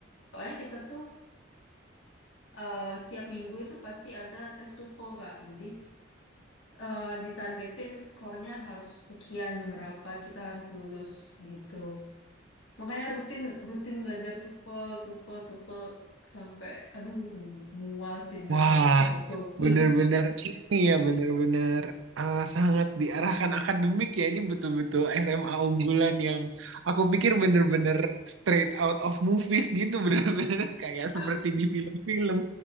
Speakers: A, on the left; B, on the right.
A: Soalnya kita tuh eh, tiap minggu itu pasti ada tes TOEFL, Kak. Jadi eh, ditargetin skornya harus sekian berapa kita harus lulus gitu. Makanya rutin rutin belajar TOEFL, TOEFL, TOEFL sampai aduh mual sih ngelihat
B: Wah,
A: soal TOEFL.
B: Bener-bener ini ya, bener-bener eh, sangat diarahkan akademik ya. Ini betul-betul SMA unggulan yang aku pikir bener-bener straight out of movies gitu. Bener-bener <laughs> kayak
A: <laughs>
B: seperti di film-film.